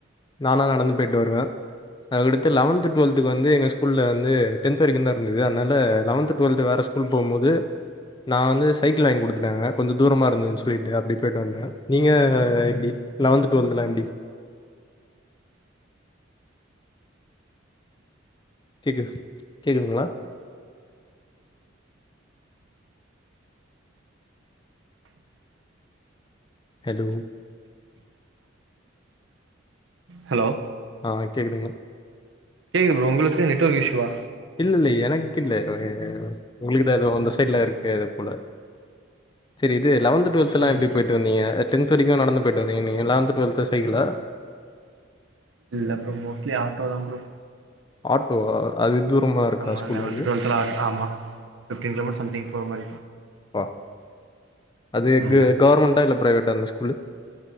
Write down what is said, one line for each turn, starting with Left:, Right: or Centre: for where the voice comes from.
Left: நானா நடந்து போய்ட்டு வருவே அதுக்கடுத்து லெவன்த் டுவல்த்துக்கு வந்து எங்க ஸ்கூல்ல வந்து டென்த் வரைக்குந்தா இருந்தது அதனால லவன்த்து டுவல்த்து வேற ஸ் கூல் போம்போது நா வந்து சைக்கிள் வாங்கி குடுத்துட்டாங்க கொஞ்ச தூரமா இருந்துனு சொல்ட்டு அப்பிடி போய்ட்டு வந்தே நீங்க எப்பிடி லெவன்த் டுவல்தல எப்பிடி கேக்குது கேக்குதுங்களா ஹலோ
Right: ஹலோ
Left: ஆ கேக்குதுங்களா
Right: கேக்குது ப்ரோ உங்குளுக்கு நெட்ஒர்க் இஷ்யுவா
Left: இல்ல இல்ல எனக்கு இல்ல உங்களுக்குதா எதோ அந்த சைட்ல இருக்கு அது போல சேரி இது லவன்து டுவல்த்துலா
Right: இல்ல
Left: எப்பிடி பேயிட்டு வந்திங்க அ டென்த் வரைக்கு நடந்து போயிட்டு வந்திங்கனிங்க லவன்த் டுவெல்த் சைகிளா
Right: இல்ல புரோ மோஸ்ட்லி ஆட்டோ தா புரோ
Left: ஆட்டோ வா அது தூரமா இருக்கா
Right: ஆமா
Left: ஸ்கூல் அது
Right: <unintelligible> ஆமா ஃபிஃப்டீன் கிலோமீட்டர் சம்திங் போற மாரி
Left: ஓகேப்பா அது க
Right: ம்
Left: கவர்மெண்ட்டா இல்ல பிரைவேட்டா அந்த ஸ்கூலு